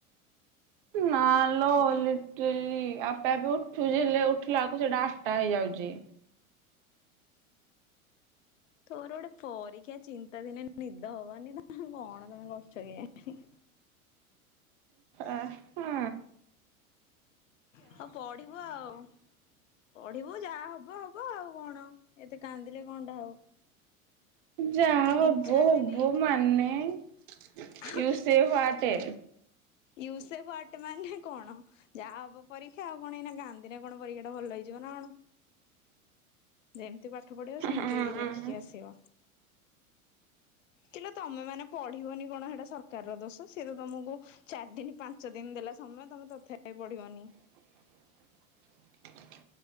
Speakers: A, on the right; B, on the left.
A: ନା ଲ ଲିଟଲି, ଆପେ ଆପେ ଉଠୁଛ ହେଲେ ଉଠିଲା ବେଳକୁ ସେଟା ଆଟା ହେଇଯାଉଛି। ଯି
B: ତୋର ଗୋଟେ ପରୀକ୍ଷା ଚିନ୍ତା ବି ନାଇଁ ନିଦ ହବନି ତ କଣ ତମେ କରୁଛ କେଜାଣି?
A: ଆ ଆ ଆ।
B: ହଉ ପଢିବ ଆଉ। ପଢିବୁ ଯାହା ହବ ହବ ଆଉ, କଣ ଏତେ କାନ୍ଦିଲେ କଣ ଟା ହବ
A: ଯାହା
B: ତିନି
A: ହବ
B: ଚାରି
A: ହବ
B: ଦିନି
A: ମାନେ ୟୁ
B: ଆଉ
A: ସେ ହ୍ଵାଟେ।
B: ୟୁ ସେ ହ୍ୱାଟ୍ ମାନେ କଣ। ଯାହା ହବ ପରୀକ୍ଷା, ଆଉ କଣ ଏଇନା କାନ୍ଦିଲେ କଣ ପରୀକ୍ଷା ଟା ଭଲ ହେଇଯିବ ନା କଣ। ଯେମିତି ପାଠ ଠ ପଢ଼ିବ ସେମତି
A: ହୁଁ
B: ଲେଖିକି ଆସିବ କି ଲୋ ତମେ ମାନେ ପଢିବନି କଣ ହେଟା ସରକାର ର ଦୋଷ, ସିଏ ତ- ତମକୁ, ଚାରି ଦିନ ପାଞ୍ଚ ଦିନ ଦେଲା ସମୟ ତମେ ତଥା ପଢିବନି।
A: <inaudible>